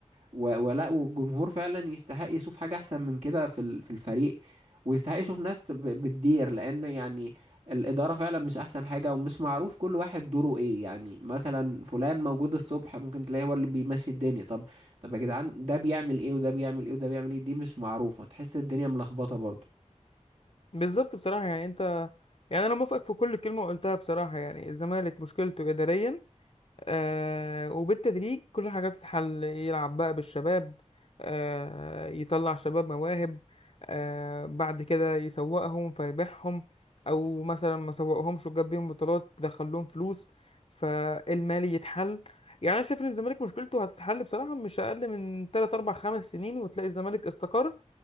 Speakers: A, on the right; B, on the left.
A: و... ولا والجمهور فعلا يستحق يشوف حاجة احسن من كده في ال... في الفريق ويستحق يشوف ناس ب... بتدير لان يعني الادارة فعلا مش احسن حاجة ومش معروف كل واحد دوره ايه يعني مثلا فلان موجود الصبح ممكن تلاقيه هو اللي بيمشي الدنيا طب طب يا جدعان ده بيعمل ايه وده بيعمل ايه وده بيعمل ايه دي مش معروفة تحس الدنيا ملخبطة برضه
B: <laughs> بالظبط بصراحة يعني أنت يعني أنا موافقك في كل كلمة قلتها بصراحة يعني الزمالك مشكلته إداريا آه وبالتدريج كل حاجة تتحل يلعب بقى بالشباب آه يطلع شباب مواهب آه بعد كده يسوقهم فيبيعهم أو مثلا ما سوقهمش وجاب بيهم بطولات دخلهم فلوس فالمالي يتحل يعني أنا شايف إن الزمالك مشكلته هتتحل بصراحة مش أقل من تلات أربع خمس سنين وتلاقي الزمالك استقر